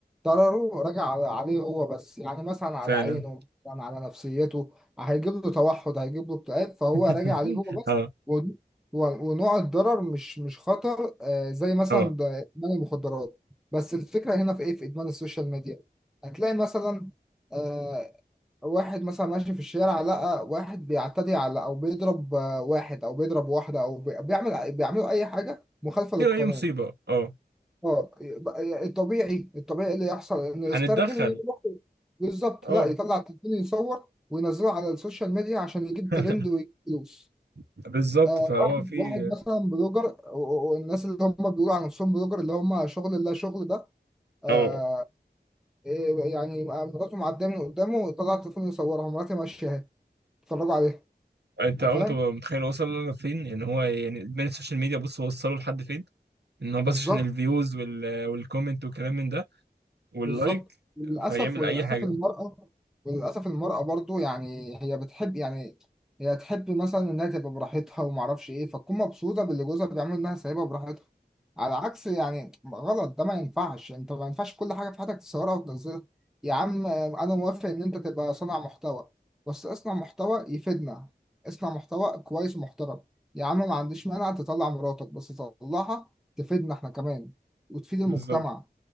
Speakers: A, in the centre; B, on the right.
A: ضرره راجع على- عليه هو بس يعني مثلا على
B: فعلا
A: عينه مثلا على نفسيته هيجيب له توحد هيجيب له اكتئاب فهو
B: <laughs>
A: راجع عليه هو بس
B: اه
A: و- و- ونوع الضرر مش مش خطر آه، زي مثلا
B: اه
A: ده ادمان المخدرات بس الفكره هنا في ايه في ادمان السوشيال ميديا هتلاقي مثلا آه، واحد مثلا ماشي في الشارع لقى واحد بيعتدي على او بيضرب آه، واحد او بيضرب واحده او بي- بيعمل بيعملوا اي حاجه مخالفه للقانون
B: ايوه هي مصيبه اه
A: اه يبقى الطبيعي الطبيعي اللي يحصل انه يسترجل
B: هنتدخل
A: ويروح بالظبط
B: اه
A: لا يطلع التليفون يصور وينزله على السوشيال ميديا عشان يجيب
B: <laughs>
A: ترند ويجيب فلوس
B: بالظبط
A: آه
B: فهو
A: واحد
B: في
A: واحد مثلا بلوجر و- والناس اللي هم بيقولوا على نفسهم بلوجر اللي هم شغل لا شغل ده آه
B: اه
A: إيه يعني يبقى مراته معديه من قدامه ويطلع التليفون يصورها مراتي ماشيه اهي اتفرجوا عليها
B: انت
A: انت
B: عمرك
A: فاهم
B: تبقى متخيل وصل لفين ان هو يعني ادمان السوشيال ميديا بص وصله لحد فين ان هو بس
A: بالظبط
B: عشان الفيوز وال... والكومنت والكلام من ده واللايك
A: بالظبط وللاسف
B: فيعمل
A: وللاسف
B: اي حاجه
A: المراه وللاسف المراه برضو يعني هي بتحب يعني هي تحب مثلا انها تبقى براحتها وما اعرفش ايه فتكون مبسوطه باللي جوزها بيعمله انها سايبها براحتها على عكس يعني غلط ده ما ينفعش انت ما ينفعش كل حاجه في حياتك تصورها وتنزلها يا عم انا موافق ان انت تبقى صانع محتوى بس اصنع محتوى يفيدنا اصنع محتوى كويس ومحترم يا عم ما عنديش مانع تطلع مراتك بس تطلعها تفيدنا احنا كمان وتفيد المجتمع
B: بالظبط